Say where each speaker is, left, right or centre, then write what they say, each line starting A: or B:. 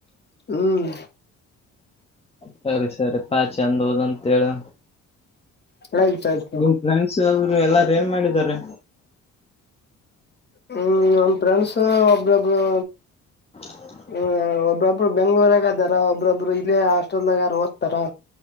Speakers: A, on the left; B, on the left.
A: ಹ್ಮ್
B: ಸರಿ ಸರಿಪಾ ಚಂದ್ ಹೋದಂತೇಳು.
A: ಆಯ್ತ ಆಯ್ತು
B: ನಿಮ ಫ್ರೆಂಡ್ಸ್ ಅವ್ರು ಎಲ್ಲಾರು ಏನ್ ಮಾಡಿದ್ದಾರೆ?
A: ಹ್ಮ್ ನನ್ ಫ್ರೆಂಡ್ಸ್ ಒಬ್ಬೊಬ್ಬರು
B: <inaudible>
A: ಹ್ಮ ಒಬ್ಬ್ರೊಬ್ಬರು ಬೆಂಗ್ಳೂರಾಗದಾರ ಒಬ್ಬ್ರೊಬ್ರು ಇಲ್ಲೇ ಹಾಸ್ಟೆಲ್ದಾಗಾರು ಓದ್ತಾರ.